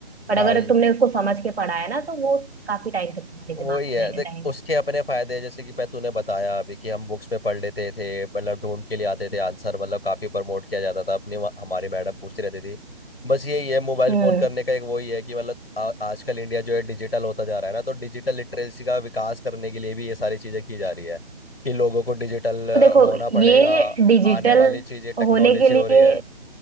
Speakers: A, on the right; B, on the left.
A: बट
B: हाँ
A: अगर
B: ये
A: तुमने उसको समझ के पढ़ा है ना तो वो काफी टाइम तक तुम्हारे
B: वही
A: दिमाग
B: है
A: में
B: देख
A: रहेगा
B: उसके अपने फायदे हैं, जैसे कि पह तूने बताया अभी कि हम बुक्स में पढ़ लेते थे मतलब ढूंढ के लिए आते थे आंसर मतलब काफी प्रमोट किया जाता था अपने वहाँ- हमारे मैडम पूछती रहती थी बस यही है मोबाइल
A: हम्म
B: फोन करने का एक वही है कि मतलब आ- आजकल इंडिया जो है डिजिटल होता जा रहा है ना तो डिजिटल लिटरेसी का विकास करने के लिए भी ये सारी चीजें की जा रही है कि लोगों को डिजिटल
A: तो देखो
B: होना पड़ेगा
A: ये डिजिटल
B: आने वाली चीजें टेक्नोलॉजी
A: होने के लिए
B: हो रही है